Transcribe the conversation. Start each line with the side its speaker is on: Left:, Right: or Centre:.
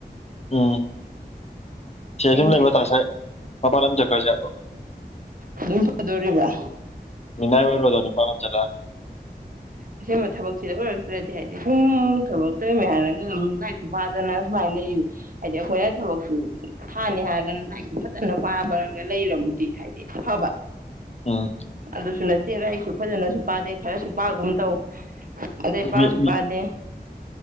Left: ꯑ ꯆꯦꯁꯤꯝ
Right: ꯍꯌꯦꯡ
Left: ꯂꯩꯕ
Right: ꯆꯤꯠ
Left: ꯇꯥꯁꯦ ꯃꯄꯥ ꯂꯝ ꯆꯟꯀꯁꯤ
Right: ꯑꯗꯨꯝ ꯐꯗꯣꯔꯤꯕ
Left: ꯃꯤꯅꯥꯏ ꯑꯣꯏꯔꯕꯗꯣꯅꯤꯄꯥꯥꯂ ꯆꯠꯂ
Right: ꯑꯁꯦꯡꯕ ꯊꯕꯛꯁꯤꯗ ꯑꯣꯏꯔꯛꯇ꯭ꯔꯗꯤ ꯍꯥꯏꯗꯤ ꯁꯨꯝ ꯊꯕꯛ ꯇꯧꯔꯤꯃꯦ ꯍꯥꯏꯔꯒꯅ ꯑꯗꯨꯝ ꯂꯥꯏꯔꯤꯛꯁꯨ ꯄꯥꯗꯅ ꯁꯨꯃꯥꯏꯅ ꯂꯩ ꯍꯥꯏꯗꯤ ꯑꯩꯈꯣꯏꯅ ꯊꯕꯛꯇꯨ ꯐꯥꯅꯤ ꯍꯥꯏꯔꯒꯅ ꯂꯥꯏꯔꯤꯛꯇꯨ ꯐꯖꯅ ꯄꯥꯕꯒ ꯂꯩꯔꯕꯨꯗꯤ ꯍꯥꯏꯗꯤ ꯑꯐꯕ
Left: ꯎꯝ
Right: ꯑꯗꯨꯁꯨꯅꯠ <unintelligible> ꯑꯩꯁꯨ ꯐꯖꯅꯁꯨ ꯄꯥꯗꯦ ꯈꯔꯁꯨ ꯄꯒꯨꯝ ꯇꯧ ꯑꯗꯩ ꯄꯥꯁꯨ
Left: ꯃꯤ ꯃꯤ
Right: ꯄꯥꯗꯦ